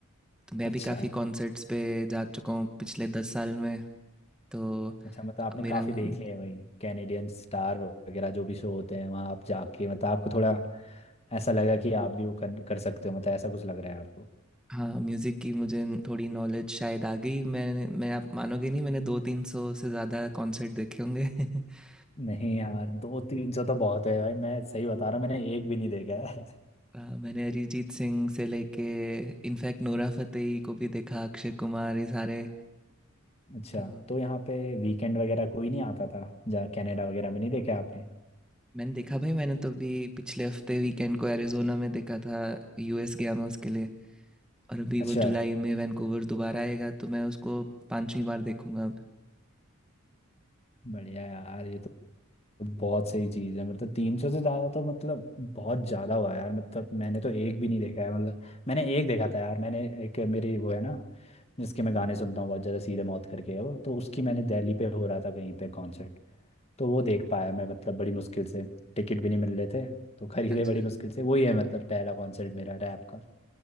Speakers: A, in the centre; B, on the left (about 30°).
A: तो मैं
B: अच्छा
A: भी काफ़ी कॉन्सर्ट्स पे जा चुका हूँ पिछले दस साल में तो अब
B: अच्छा मतलब आपने
A: मेरा
B: काफी
A: मन
B: देख लिए हैं वही कैनेडियन स्टार वगैरह जो भी शो होते हैं वहां आप जाके मतलब आपको थोड़ा ऐसा लगा कि आप भी वो कर, कर सकते हो मतलब ऐसा कुछ लग रहा है आपको
A: हाँ म्यूज़िक की मुझे थोड़ी नॉलेज शायद आ गई मैंने मैं आप मानोगे नहीं मैंने दो तीन सौ से ज़्यादा कॉन्सर्ट देखे होंगे <laughs>
B: नहीं यार दो तीन सौ तो बहुत है भाई मैं सही बता रहा हूँ मैंने एक भी नहीं देखा है
A: अ, मैंने अरिजीत सिंह से लेके इनफैक्ट नोरा फतेही को भी देखा अक्षय कुमार ये सारे
B: अच्छा
A: तो
B: तो यहाँ पे वीकेंड वगैरह कोई नहीं आता था जहाँ कनाडा वगैरह में नहीं देखा आपने
A: मैंने देखा भाई मैंने तो अभी पिछले हफ्ते वीकेंड को एरिजोना में देखा था यूएस गया मैं उसके लिए और अभी
B: अच्छा
A: वो जुलाई में वैंकूवर दोबारा आएगा तो मैं उसको पांचवी बार देखूंगा अब
B: बढ़िया यार ये तो तो बहुत सही चीज है मतलब तीन सौ से ज्यादा तो मतलब बहुत ज्यादा हुआ यार मतलब मैंने तो एक भी नहीं देखा है मतलब मैंने एक देखा था यार मैंने एक मेरी वो है ना जिसके मैं गाने सुनता हूँ बहुत ज्यादा सीधे मौत करके है वो तो उसकी मैंने दिल्ली पे हो रहा था कहीं पे कॉन्सर्ट तो वो देख पाया मैं मतलब बड़ी मुश्किल से टिकट भी नहीं मिल रहे थे तो खरीदे
A: अच्छा
B: बड़ी मुश्किल से वही है मतलब पहला कॉन्सर्ट मेरा रैप का